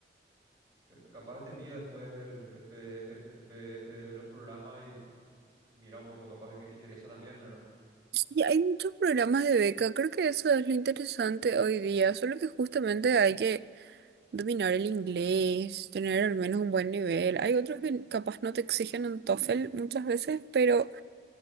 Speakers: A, on the right; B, on the right.
A: ca- ca- capaz te envío después el, el PDF, el PDF de los programas y, y mira un poco, capaz que te interesa también, ¿verdad?
B: Sí, hay muchos programas de beca, creo que eso es lo interesante hoy día, solo que justamente hay que dominar el inglés, tener al menos un buen nivel. Hay otros que capaz no te exigen un TOEFL muchas veces, pero